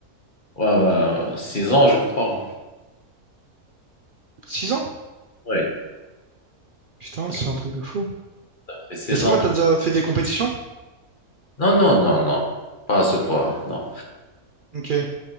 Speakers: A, on the left; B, on the right.
A: Ouais, bah, 6 ans, je crois.
B: Six ans?
A: Oui,
B: Putain,
A: ça
B: c'est un truc de fou.
A: fait six
B: Et ça
A: ans.
B: va,
A: que-
B: t'as déjà fait des compétitions?
A: Non, non, non, non. Pas à ce point, non.
B: Ok.